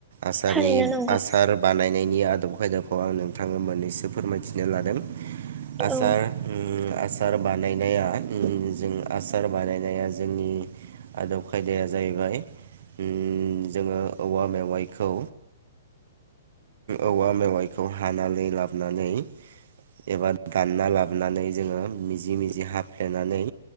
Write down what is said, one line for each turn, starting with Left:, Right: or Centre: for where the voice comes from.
Right: आसारनि
Centre: थारैनो नंगौ
Right: आसार बानायनायनि नि आदब खायदाखौ आं नोंथांनो मोननैसो फोरमायथिनो लादों। आसार
Centre: औ
Right: ओम आसार बानायनाया ओम जों आसार बानायनाया जों जोंनि आदब खायदाया जाहैबाय ओम जोङो औवा मेवाइखौ औवा मेवाइखौ हानानै लाबोनानै एबा दानना लाबोनानै जोङो मिजि मिजि- बिदि हाफ्लेनानै